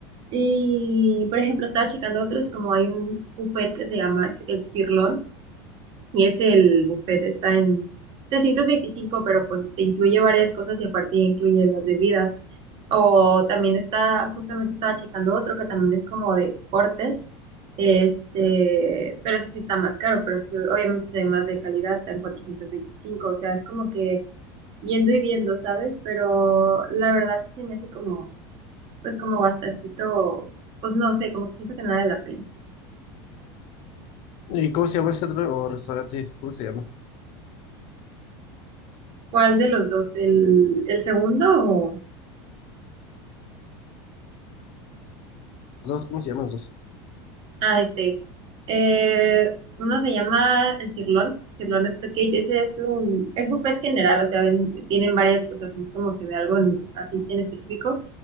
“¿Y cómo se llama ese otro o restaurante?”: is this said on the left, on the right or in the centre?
Left